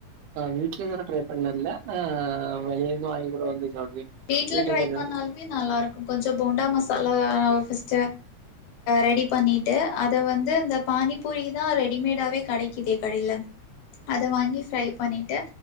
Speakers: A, on the right; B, on the left.
A: ஆஹ வீடல ட்ரை பண்ண இல ஆஹ வெளையந்து வாங்கி கூட வந்து சாப்டுவே
B: வீட்ல
A: வீட்டுக்கு
B: ட்ரை பண்ணாலமோ நல்லா இருக்கும் கொஞ்சம் போண்டா மசாலா பஸ்ட் ரெடி பண்ணிட்டு அதை வந்து இந்த பானி புரிதான் ரெடிமேடாவே கிடைக்குிது படிலம் அதை வாங்கி ஃப்ரை பண்ணிட்டு